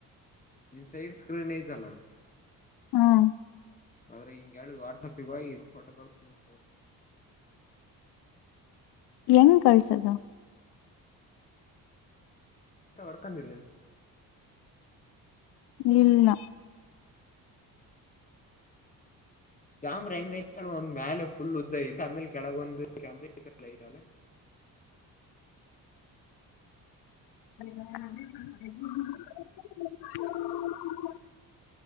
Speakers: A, on the left (about 20°); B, on the left (about 70°).
A: ನಿಂದ್ ಸೈಡ್ ಸ್ಕ್ರೀನ್ ಐತಲ.
B: ಹ್ಮ್
A: ಆದ್ರೆ ಹಿಂಗೆ ಹೇಳುದು ವಾಟ್ಸಪ್ಗ ಹೋಗಿ ಫೋಟೋ ಕಳಿಸತೀನಿ
B: ಎಂಗ ಕಳ್ಸದು
A: ಒಡಕೊಂಡ್ ಇಲ್ಲ
B: ಇಲ್ಲ
A: ಕ್ಯಾಮ್ರಾ ಹೆಂಗೈತಳ ಒಂದ್ ಮ್ಯಾಲಲೆ ಫುಲ್ ಉದ್ದ ಐತೆ ಆಮೇಲೆ ಕೆಳಗೊಂದು ಕ್ಯಾಮ್ರಐಲ್ಲ <inaudible>
B: ಹ <unintelligible>